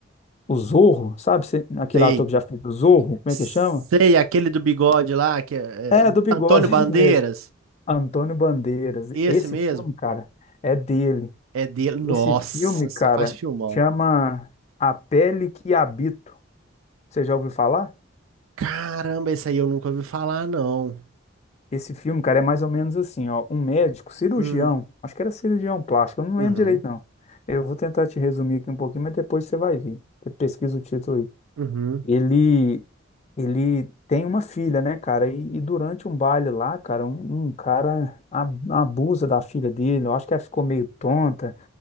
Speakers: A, on the left; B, on the right.
A: o Zorro, sabe? Cê- Aquele
B: Sei.
A: ator que já fez o Zorro, como
B: Sei,
A: é que chama?
B: aquele do bigode lá, que é,
A: É,
B: é,
A: do bigode,
B: Antônio Bandeiras.
A: <laughs> esse mesmo. Antônio Bandeiras.
B: Esse
A: Esse
B: mesmo.
A: filme, cara, é dele.
B: É dele. Nossa,
A: Esse filme, cara,
B: só faz filmão.
A: chama A Pele que Habito. Você já ouviu falar?
B: Caramba, esse aí eu nunca ouvi falar, não.
A: Esse filme, cara, é mais ou menos assim, ó, um médico, cirurgião,
B: Hum,
A: acho que era cirurgião plástico, eu não
B: uhum,
A: lembro direito, não. Eu vou tentar te resumir aqui um pouquinho, mas depois você vai ver. Você pesquisa o título aí.
B: uhum,
A: Ele, ele tem uma filha, né, cara? E, e durante um baile lá, cara, um, um cara a- abusa da filha dele. Eu acho que ela ficou meio tonta.